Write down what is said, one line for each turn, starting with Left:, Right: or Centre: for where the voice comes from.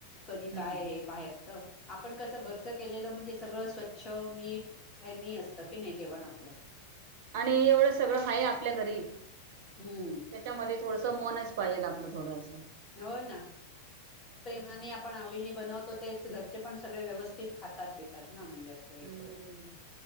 Left: कधी काय
Right: हम्म
Left: हे बाहेरच आपण कसं घरच केलेलं म्हणजे... सगळं स्वच्छ नीट हॅनी असतं की नाही जेवण आप..
Right: आणि एवढं सगळं हाय आपल्या घरी...
Left: हम्म
Right: त्याच्यामध्ये थोडस मनच पाहिजेल आपलं थोडस...
Left: हो ना प्रेमाने आपण आवडीने बनवतो... त ते घरचे पण सगळे व्यवस्थित खातात पितात ना म्हणजे असं हे
Right: हम्म
Left: करून...
Right: हम्म